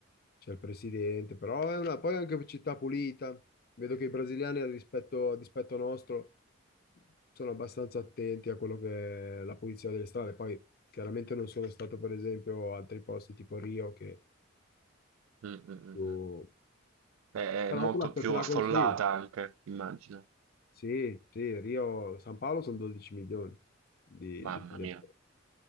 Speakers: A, on the left (about 45°); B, on the right (about 75°).
A: c'è il presidente, però è una, poi è anche una città pulita. Vedo che i brasiliani, al rispetto, a dispetto nostro, sono abbastanza attenti a quello che è la pulizia delle strade. Poi chiaramente non sono stato, per esempio, a altri posti tipo Rio, che
B: Mm, mm, mm,
A: più...
B: mm. È, è molto
A: Però tu la
B: più
A: te
B: affollata
A: la consiglio.
B: anche, immagino.
A: Sì, sì, Rio, San Paolo sono 12 milioni di,
B: Mamma
A: di- di-
B: mia,